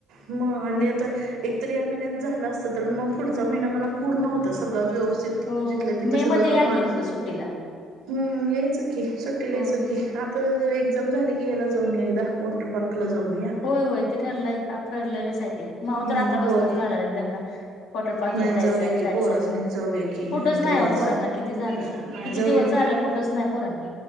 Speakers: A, on the right; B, on the left.
A: म आणि आता एक तर या महिन्यात झालं असतं, तर मग पुढचा महिना मला पूर्ण होता सगळं व्यवस्थित
B: हो
A: जिथल्या तिथं
B: मे
A: सगळं
B: मध्ये या
A: माज,
B: की इकडं सुट्टीला
A: हम्म यायचं की, सुट्टीला
B: होय
A: यायचं की, आप तर एक्झाम झाली की ह्याला जाऊन येऊया एकदा,, वॉटर पार्कला जाऊन येऊया.
B: होय होय ते ठरलय की आप ठरलेलंच हाय ते,, माऊ
A: हम्म
B: तर आत्तापासूनच
A: पोर
B: घाला लागलय दंगा, वॉटर पार्कला
A: नाही
B: जायचंय
A: जाऊया की
B: जायचंय
A: पोराच
B: म्हणून.
A: नाही जाऊया की घेऊन
B: कुठंच नाही
A: तेवढंच
B: ओ पोरांना किती झालं,,,
A: नाही
B: किती
A: जाऊया
B: दिवस
A: की
B: झालं कुठंच नाही पोरांना